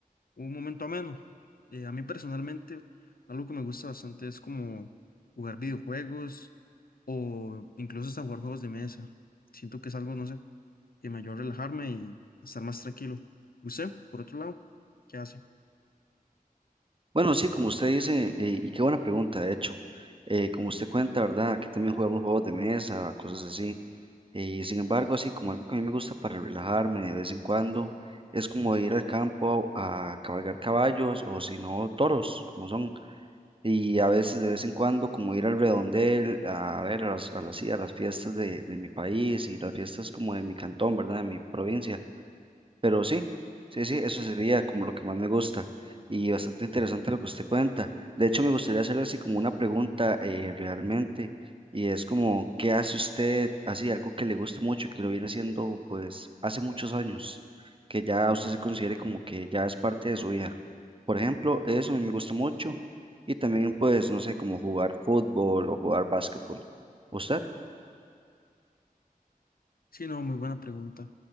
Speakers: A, on the left; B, on the right.
A: un momento ameno. Eh, a mí personalmente, algo que me gusta bastante es como jugar videojuegos o incluso hasta jugar juegos de mesa. Siento que es algo, no sé y me ayudó a relajarme y estar más tranquilo. ¿Usted, por otro lado, qué hace?
B: Bueno, sí, como usted dice, eh, y qué buena pregunta, de hecho. Eh, como usted cuenta, ¿verdad? Aquí también jugamos juegos de mesa, cosas así. eh, y sin embargo, así como algo que a mí me gusta para relajarme de vez en cuando, es como ir al campo a cabalgar caballos o si no, toros, como son. Y a veces, de vez en cuando, como ir al redondel, a ver, a las, a las, sí, a las fiestas de, de mi país y las fiestas como de mi cantón, ¿verdad? De mi provincia. Pero sí, sí, sí, eso sería como lo que más me gusta y bastante interesante lo que usted cuenta. De hecho, me gustaría hacerle así como una pregunta eh, realmente y es como, ¿qué hace usted así, algo que le guste mucho y que lo viene haciendo pues hace muchos años, que ya usted se considere como que ya es parte de su vida? Por ejemplo, eso a mí me gusta mucho y también pues, no sé, como jugar fútbol o jugar básquetbol. ¿Usted?
A: Sí, no, muy buena pregunta.